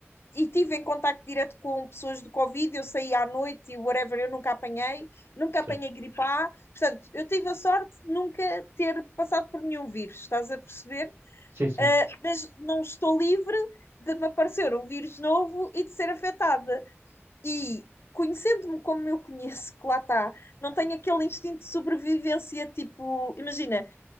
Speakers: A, on the left (about 55°); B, on the right (about 60°).
A: e tive em contacto direto com pessoas do Covid, eu saí à noite e whatever, eu nunca apanhei, nunca
B: certo.
A: apanhei gripe A, portanto, eu tive a sorte de nunca ter passado por nenhum vírus, estás a perceber?
B: Sim, sim.
A: Mas não estou livre de me aparecer um vírus novo e de ser afetada. E conhecendo-me como eu conheço, que lá está, não tenho aquele instinto de sobrevivência, tipo, imagina,